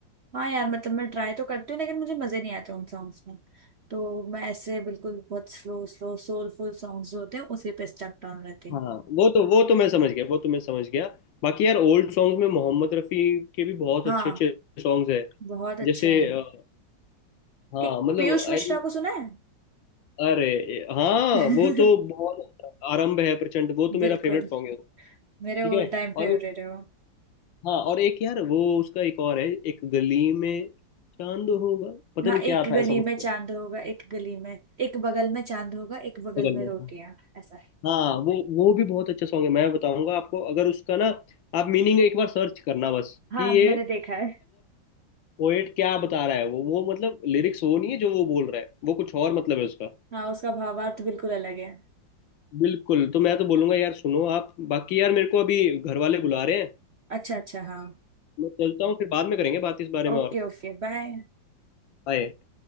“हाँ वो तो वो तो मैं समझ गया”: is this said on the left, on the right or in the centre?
Left